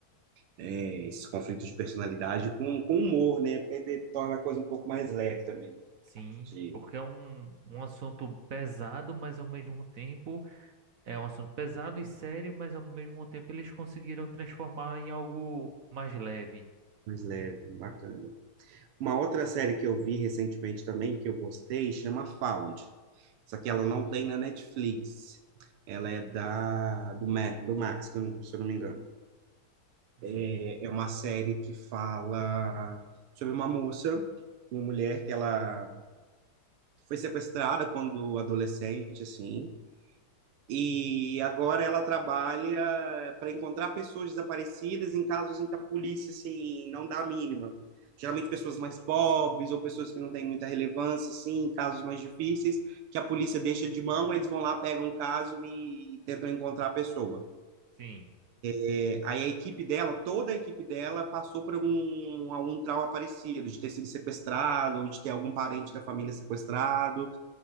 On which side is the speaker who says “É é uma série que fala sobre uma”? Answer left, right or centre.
Right